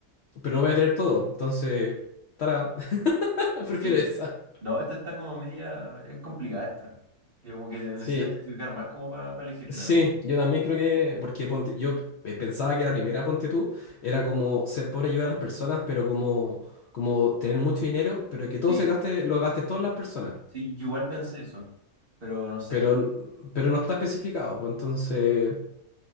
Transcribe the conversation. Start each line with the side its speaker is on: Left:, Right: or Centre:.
Left: pero no voy a tener todo. Entonces, para, <laughs> prefiero
Right: Sí.
Left: esa.
Right: No, esta está como media. Es complicada esta. Que Como que necesitas
Left: Sí,
Right: especificar más como para elegirla,
Left: sí,
Right: pero.
Left: yo también creo que, porque ponte, yo eh, pensaba que la primera, ponte tú, era como ser pobre ayudar a las personas, pero como, como tener mucho dinero, pero que todo
Right: Sí,
Left: se gaste, lo gastes todas las personas.
Right: sí, yo igual pensé
Left: Ca-
Right: eso. Pero no sé.
Left: Pero, n- pero no está especificado, pues entonces...